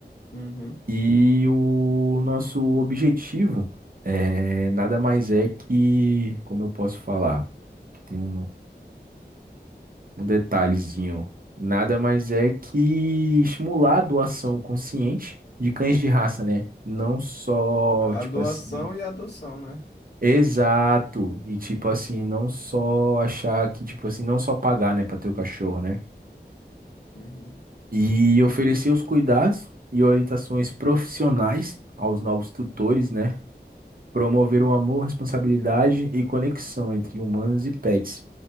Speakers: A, on the left (about 75°); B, on the right (about 55°).
A: Uhum.
B: E o nosso objetivo é nada mais é que, como eu posso falar, que tem um, um detalhezinho, nada mais é que estimular a doação consciente de cães de raça, né? Não só,
A: A
B: tipo
A: doação
B: assim,
A: e a adoção, né?
B: exato, e tipo assim, não só achar que, tipo assim, não só pagar, né, para ter o cachorro, né?
A: Uhum.
B: E oferecer os cuidados e orientações profissionais aos novos tutores, né? promover o amor, responsabilidade e conexão entre humanos e pets.